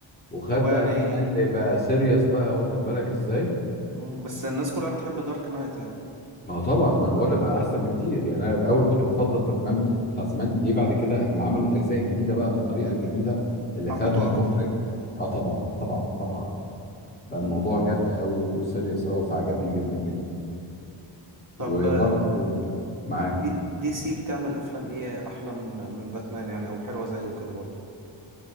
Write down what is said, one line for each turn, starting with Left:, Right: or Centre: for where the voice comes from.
Left: وخد
Right: هو يعني
Left: بقى باتمان اللي بقى سيريس بقى واخد بالك ازاي
Right: مم. بس الناس كلها بتحب دارك نايت يعني
Left: ما هو طبعا ما انا بقول لك بقى احسن بكتير يعني انا الاول كنت بفضل باتمان بتاع زمان ليه بعد كده اما عملوا الاجزاء الجديده بقى بالطريقه الجديده اللي
Right: حبيته
Left: خدها المخرج
Right: اكتر
Left: اه طبعا طبعا طبعا بقى
Right: مم.
Left: الموضوع جد قوي وسيريس قوي فعجبني جدا جدا
Right: طب
Left: وبرضه
Right: آه،
Left: معاك
Right: دي دي سي بتعمل افلام ايه احلى من من باتمان يعني او حلوه زيه كده برضو